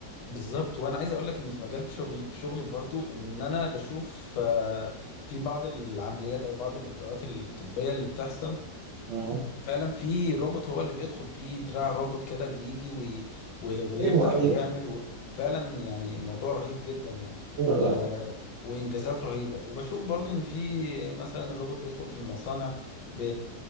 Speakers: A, on the left; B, on the right.
A: بالظبط وانا عايز اقول لك ان في مجال شغل في شغلي برضو ان انا بشوف آه، في بعض العمليات او بعض الاجراءات الطبيه اللي بتحصل
B: اه
A: فعلا في روبوت هو اللي بيدخل في دراع روبوت كده بيجي وي وي ويفتح
B: ايوه ايوه
A: ويعمل و- فعلا يعني الموضوع رهيب جدا يعني
B: ايوه
A: آه،
B: ده
A: وانجازات رهيبه وبشوف برضو ان في مثلا الروبوت بيدخل في المصانع ب-